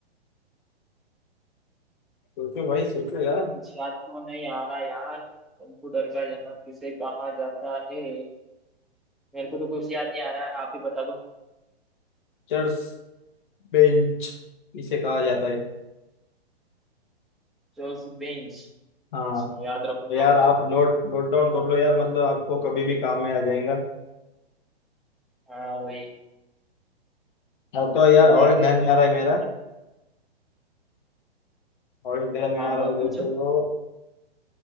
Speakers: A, on the left; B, in the centre.
A: सोचो भाई सोचो यार
B: कुछ याद तो नहीं आ रहा यार कंप्यूटर का जनक किसे कहा जाता है मेरे को तो कुछ याद नहीं आ रहा है आप ही बता दो
A: चर्च बेंच किसे कहा जाता है
B: Charles Bench अच्छा,
A: हाँ
B: याद रखूंगा
A: यार
B: भाई
A: आप नोट नोट डाउन कर
B: आप
A: लो यार मतलब आपको कभी भी काम में आ जाएगा
B: हाँ भाई
A: और तो यार
B: कर
A: और
B: लिया
A: एक
B: भाई
A: ध्यान
B: अभी
A: में आ रहा
B: नोट
A: है मेरा
B: कर लिया
A: और एक ध्यान में
B: हाँ
A: आ रहा
B: ब-
A: है देखो
B: पूछो